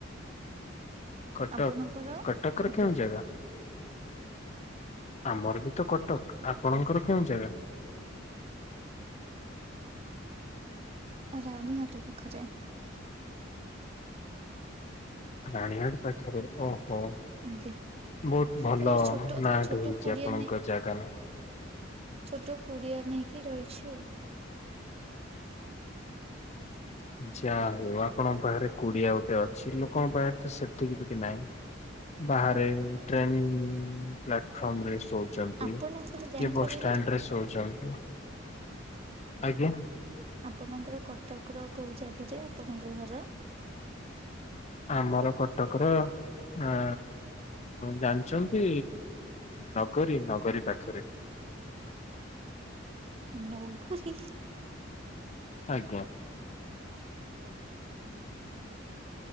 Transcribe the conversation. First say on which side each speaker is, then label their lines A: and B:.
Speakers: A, on the left; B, on the right.
A: କଟକ,
B: ଆପଣଙ୍କର
A: କଟକ ର
B: ଆଜ୍ଞା
A: କେଉଁ ଜାଗା? ଆମର ବି ତ କଟକ। ଆପଣଙ୍କର କେଉଁ ଜାଗା?
B: ରାଣୀ ହାଟ ପାଖରେ।
A: ରାଣିହାଟ ପାଖରେ, ଓହୋ।
B: ଆଜ୍ଞା
A: ବହୁତ ଭଲ
B: ସେ ଗୋଟେ ଛୋଟ
A: ନାଁଟେ
B: ଛୋଟ
A: ହେଇଛି
B: କୁଡିଆ
A: ଆପଣଙ୍କ
B: ନେଇ
A: ଜାଗା ନା।
B: ଛୋଟ କୁଡିଆ ନେଇକି ରହିଛୁ।
A: ଯାହା ହେଉ ଆପଣଙ୍କ ପାଖରେ କୁଡିଆ ଗୋଟେ ଅଛି ଲୋକଙ୍କ ପାଖରେ ତ ସେତିକି ବି ନାହିଁ। ବାହାରେ ଟ୍ରେନ୍ ପ୍ଲାଟଫର୍ମ ରେ ସୋ ଛନ୍ତି
B: ଆପଣଙ୍କର
A: କିଏ
B: ଜାଣିପାରିବି
A: ବସ୍ ଷ୍ଟାଣ୍ଡରେ ଶୋଉଛନ୍ତି ଆଜ୍ଞା।
B: ଆପଣଙ୍କର କଟକର କୋଉ ଜାଗାରେ ଆପଣଙ୍କ ଘର।
A: ଆମର କଟକରେ ଆ ଜାଣିଛନ୍ତି ନଗରୀ ନଗରୀ ପାଖରେ।
B: ନଗରି
A: ଆଜ୍ଞା।